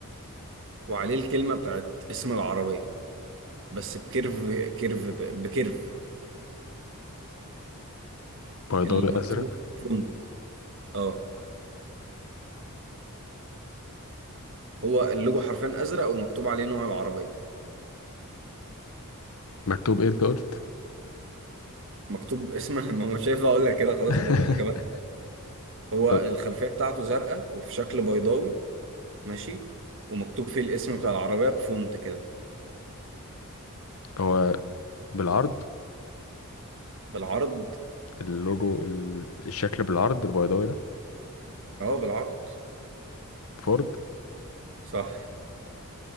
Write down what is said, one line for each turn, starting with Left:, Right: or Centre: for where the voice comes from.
Right: وعليه الكلمة بتاعت اسم العربية بس بكيرف كيرف ب- بكيرف
Left: بيضاوي
Right: المكتوب
Left: أزرق
Right: فونت اه هو اللوجو حرفيا ازرق ومكتوب عليه نوع العربيه
Left: مكتوب إيه أنت قلت؟
Right: مكتوب اسمها <laughs> ما هو شايف اقول لك كده خلاص
Left: <laughs>
Right: هتبقى الاجابه الحرام. هو
Left: أه،
Right: الخلفيه بتاعته زرقاء وفي شكل بيضاوي ماشي ومكتوب فيه الاسم بتاع العربيه بفونت كده
Left: هو بالعرض
Right: بالعرض
Left: اللوجو ال- الشكل بالعرض البيضاوي ده
Right: اه بالعرض
Left: فورد
Right: صح